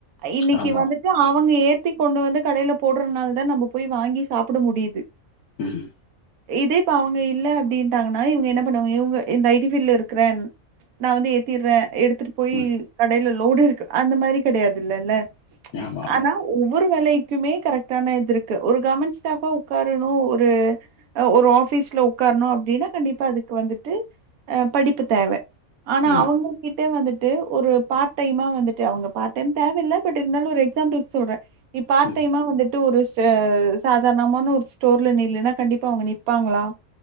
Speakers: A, on the right; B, on the left.
A: இன்னைக்கு
B: ஆமா.
A: வந்துட்டு அவங்க ஏ சுத்தி கொண்டு வந்து கடையில போடுறனால தான் நம்ம போய் வாங்கி சாப்ட முடியுது
B: ம்.
A: இதே இப்ப அவுங்க இல்ல அப்டின் டாங்கன்னா இவுங்க என்ன பண்ணுவாங்க இவுங்க இந்த ஐ டி ஃபீல்ல இருக்குறேன் நா வந்து ஏத்திற்றே எடுத்துட்டு போய்
B: ம்.
A: கடேல ரோடு இருக்கு அந்த மாரி கெடையாதுல்லல்ல
B: ஆமா, ஆமா.
A: ஆனா ஒவ்வொரு வேலைக்குமே கரெக்ட்டான இது இருக்கு ஒரு கவர்மண்ட் ஸ்டாஃபா உக்காரணு ஒரு அ ஒரு ஆஃபீஸ்ல உக்காரணு அப்டின்னா கண்டிப்பா அது க்கு வந்துட்டு அ படிப்பு தேவ ஆனா
B: ம்.
A: அவுங்க கிட் கிட்ட வந்துட்டு ஒரு பார்ட் டைமா வந்துட்டு அவுங்க பார்ட் டைம் தேவயில்ல பட் இருந்தாலு ஒரு எக்ஸாம்பில்க்கு சொல்றே இ பார்ட்
B: ம்.
A: டைம்மா வந்துட் டு ஒரு ச சாதாரணமான ஒரு ஸ்டோர்ல நில்லுன்னா கண்டிப்பா அவுங்க நிப்பாங்ளா